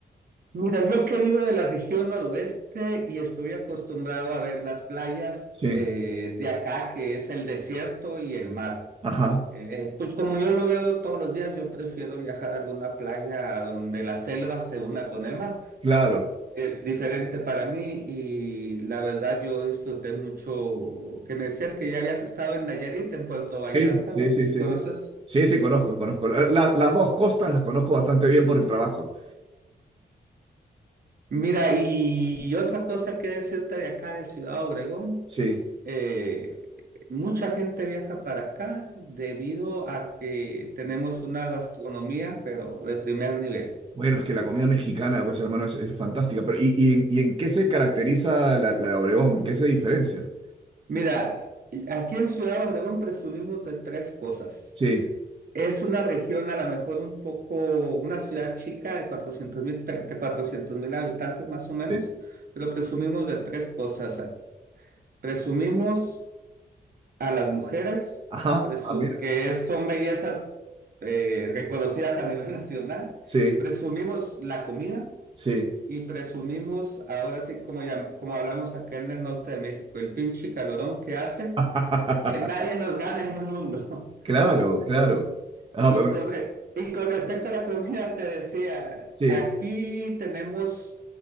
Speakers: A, on the right (about 60°); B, on the right (about 30°).
A: Mira, yo que vivo de la región noroeste y estoy acostumbrado a ver las playas
B: Sí,
A: eh, de acá, que es el desierto y el mar.
B: ajá,
A: Eh, pues como yo lo veo todos los días, yo prefiero viajar a alguna playa donde la selva se una con el mar.
B: claro.
A: Es diferente para mí y la verdad yo disfruté mucho que me decías que ya habías estado en Nayarit, en Puerto Vallarta,
B: Sí, sí,
A: no sé
B: sí,
A: si
B: sí,
A: conoces.
B: sí. Sí, sí, conozco, conozco. La- las dos costas las conozco bastante bien por el trabajo.
A: Mira, y otra cosa que decirte de acá, de Ciudad Obregón,
B: Sí.
A: eh, mucha gente viaja para acá debido a que tenemos una gastronomía, pero de primer nivel.
B: Bueno, es que la comida mexicana, pues hermano, es, es fantástica. Pero, ¿y, y en, y en qué se caracteriza la, la de Obregón? ¿En qué se diferencia?
A: Mira, aquí en Ciudad Obregón presumimos de tres cosas.
B: Sí,
A: Es una región a lo mejor un poco, una ciudad chica de 400 mil, de 400 mil habitantes más o menos,
B: sí.
A: pero presumimos de tres cosas. ah. Presumimos a las mujeres,
B: Ajá,
A: presu-
B: ah, mira.
A: que es- son bellezas eh, reconocidas a nivel <laughs> nacional.
B: Sí,
A: Presumimos la comida
B: sí.
A: y presumimos, ahora sí, como, ya, como hablamos acá en el norte de México, el pinche calorón que hace
B: <laughs>
A: que nadie nos gane en el mundo. <laughs>
B: Claro, claro. Ah,
A: Y
B: pero bueno,
A: con, re- y con respecto a la comida, te decía,
B: sí,
A: aquí tenemos